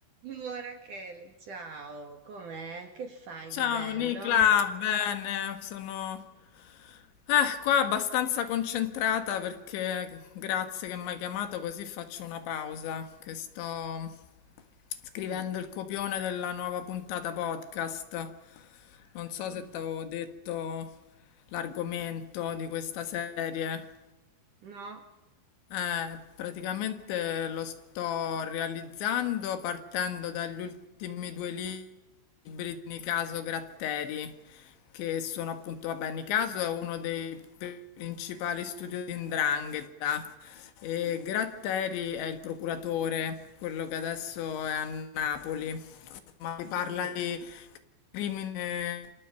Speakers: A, on the right; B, on the left.
A: Oh, Rachele, ciao, com'è? Che fai
B: Ciao
A: di bello?
B: Nicla, bene, sono eh, qua abbastanza concentrata perché grazie che mi hai chiamato così faccio una pausa, che sto scrivendo
A: Mm,
B: il copione della nuova puntata podcast. Non so
A: mm,
B: se ti avevo detto l'argomento di questa serie.
A: no?
B: Eh, praticamente lo sto realizzando partendo dagli ultimi due libri di Nicaso Gratteri, che sono appunto, vabbè, Nicaso è uno dei principali studi di 'Ndrangheta e
A: Mm,
B: Gratteri è il procuratore, quello che adesso è a Napoli insomma, si parla
A: mm,
B: di crimine